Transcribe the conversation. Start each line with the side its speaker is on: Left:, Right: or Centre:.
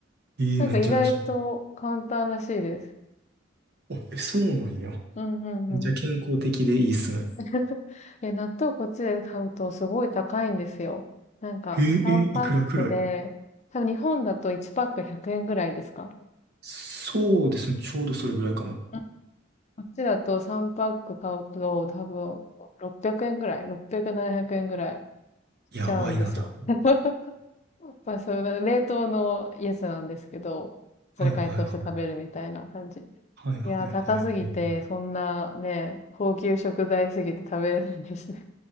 Right: えー、
Left: なんか意外と簡単らしいです。
Right: めっちゃ面白い。あ、え、そうなんや。
Left: うんうんうん。
Right: じゃあ健康的でいいっすね。
Left: <laughs> いや、納豆こっちで買うとすごい高いんですよ。なんか3パックで、
Right: えー、えーいくらくらい
Left: 多分日本だと1パック100円ぐらいですか
Right: そうですね。ちょうどそれぐらいかも。
Left: うんこっちだと3パック買うと多分600円ぐらい ?600、700円ぐらい
Right: やばいな、
Left: しちゃうんですよ。
Right: だ
Left: <laughs> まあ、その冷凍のやつなんですけど、それ解凍して食べるみたいな感じ。
Right: はいはいはい。
Left: いやー、
Right: はいはいはい。
Left: 高すぎて、
Right: えー
Left: そんなね、高級食材すぎて食べれないんですね。